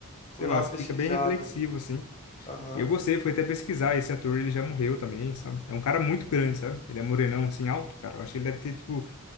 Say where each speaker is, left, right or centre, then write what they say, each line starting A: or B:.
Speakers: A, on the left; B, on the left.
A: sei
B: vou
A: lá,
B: dar uma
A: você
B: pesquisada.
A: fica bem reflexivo, assim.
B: Aham,
A: E eu gostei, fui até pesquisar, esse ator ele já morreu também, sabe? É um cara muito grande, sabe? Ele é morenão, assim, alto, cara. Eu acho que ele deve ter, tipo,